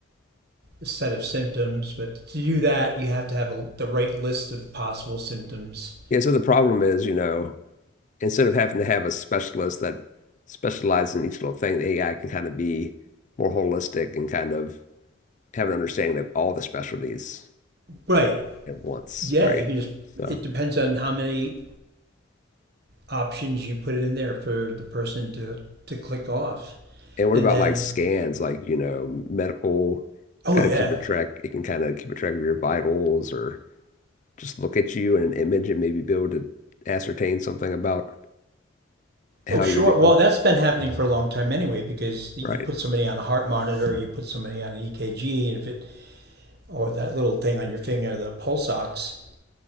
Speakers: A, on the right; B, on the left.
A: set of symptoms, but to do that, you have to have a, the right list of possible symptoms.
B: Yeah, so the problem is, you know, instead of having to have a specialist that specializes in each little thing, the AI can kind of be more holistic and kind of have an understanding of all the specialties
A: Right.
B: at once,
A: Yeah,
B: right?
A: you can just,
B: So,
A: it depends on how many options you put in there for the person to, to click off.
B: and what
A: And
B: about
A: then,
B: like scans, like, you know, medical
A: oh,
B: kind
A: yeah.
B: of keeping track, it can kind of keep a track of your vitals or just look at you in an image and maybe be able to ascertain something about how
A: Oh, sure.
B: you're doing,
A: Well, that's been happening for a long time anyway, because you
B: right?
A: put somebody on a heart monitor, or you put somebody on an EKG, and if it, or that little thing on your finger, the pulse ox,